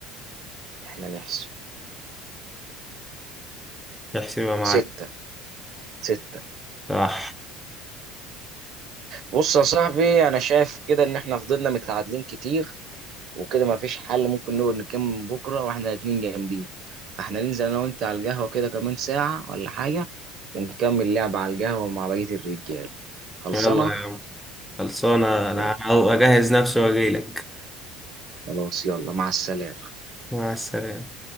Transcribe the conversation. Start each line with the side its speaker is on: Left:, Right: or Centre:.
Right: احنا نحسب
Centre: احسبها معاك
Right: ستة ستة
Centre: صح
Right: بص يا صاحبي انا شايف كده ان احنا فضلنا متعادلين كتير وكده ما فيش حل ممكن نقول نكمل بكره واحنا الاتنين جامدين فاحنا ننزل انا وانت على القهوه كده كمان ساعه ولا حاجه ونكمل لعب على القهوه مع بقيه الرجال خلصانه
Centre: يلا يا عم خلصانة أنا
Right: يلا
Centre: هجهز نفسي وأجيلك
Right: خلاص يلا مع السلامه
Centre: مع السلامة